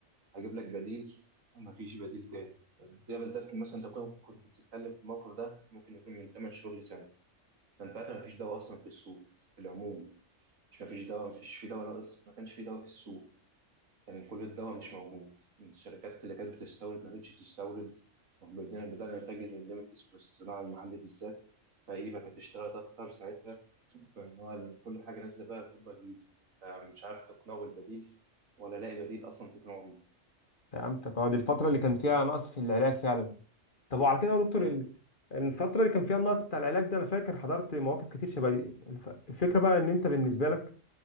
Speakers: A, on the right (about 80°); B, on the left (about 40°).
A: هجيب لك بديل ما فيش بديل تاني ده بالذات مثلا انت كنت كنت بتتكلم في الموقف ده ممكن يكون من 8 شهور لسنه كان ساعتها ما فيش دواء اصلا في السوق في العموم مش مفيش دواء مفيش في دواء ناقص ما كانش في دواء في السوق كان كل الدواء مش موجود الشركات اللي كانت بتستورد ما بقتش تستورد وبدأنا بدأنا نتجه للليميتلس للصناعة المحلية بالذات فإيفا كانت اشتغلت أكتر ساعتها فإن هو كل حاجة نازلة بقى بتبقى جديدة مش عارف تقنعه بالبديل ولا لاقي بديل أصلا تقنعه بيه
B: فهمتك اه دي الفتره اللي كان فيها نقص في العلاج فعلا طب وعلى كده يا دكتور
A: أيوه
B: ال- الفتره اللي كان فيها النقص بتاع العلاج ده انا فاكر حضرت مواقف كتير شبه دي الف- الفكره بقى ان انت بالنسبه لك